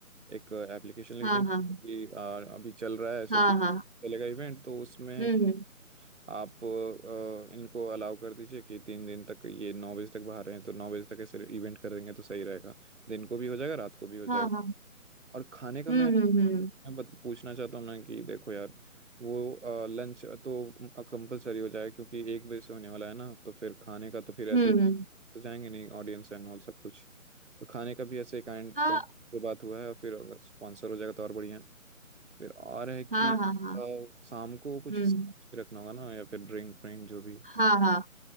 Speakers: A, on the right; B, on the right.
A: एक एप्लीकेशन लिख
B: हाँ
A: देंगे कि आ, अभी चल रहा है ऐसे
B: हाँ
A: तीन
B: हाँ हाँ
A: चलेगा इवेंट तो उसमें है
B: हम्म
A: कि
B: हम्म
A: आप आ, इनको अलाउ कर दीजिए कि तीन दिन तक ये नौ बजे तक बाहर हैं तो नौ बजे तक ऐसे इवेंट कर देंगे तो सही रहेगा दिन को भी हो जाएगा रात को भी हो जाएगा
B: हाँ हाँ
A: और खाने का
B: हम्म
A: मैं
B: हम्म हम्म
A: मैं बत- पूछना चाहता हूँ ना कि देखो यार वो लंच तो कंपलसरी हो जाए क्योंकि एक बजे से होने वाला है ना तो फिर खाने का तो फिर ऐसे
B: हम्म
A: तो
B: हम्म,
A: जाएंगे नहीं ऑडियंस एंड ऑल सब कुछ तो खाने का भी ऐसे कैंट
B: हाँ
A: कैंट पे बात हुआ है और फिर अगर स्पॉन्सर हो जाएगा तो और बढ़िया फिर और है कि
B: हाँ हाँ हाँ
A: अ, शाम को कुछ
B: हम्म
A: स्नैक्स भी रखना होगा ना या फिर ड्रिंक व्रिंक जो भी
B: हाँ हाँ